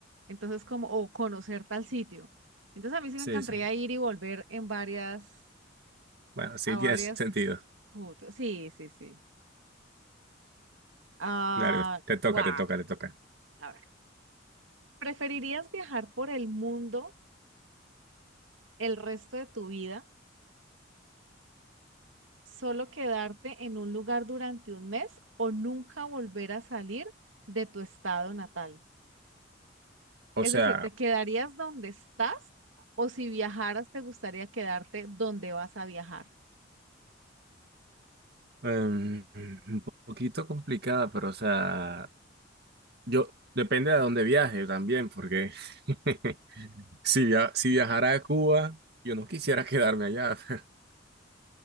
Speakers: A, on the right; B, on the right.
A: Entonces, como, o conocer tal sitio. Entonces, a mí sí
B: Sí,
A: me encantaría
B: sí.
A: ir y volver en varias,
B: Bueno, sí
A: a
B: tiene
A: varias,
B: sentido.
A: putas. sí, sí, sí. Ah,
B: Dale, te toca,
A: guau.
B: te toca, te toca.
A: A ver, ¿preferirías viajar por el mundo el resto de tu vida, solo quedarte en un lugar durante un mes o nunca volver a salir de tu estado natal?
B: O
A: Es
B: sea...
A: decir, ¿te quedarías donde estás o si viajaras te gustaría quedarte donde vas a viajar?
B: Em, un poquito complicada, pero o sea, yo depende de a dónde viaje también, porque <laughs> si, via- si viajara a Cuba, yo no quisiera quedarme allá. <laughs>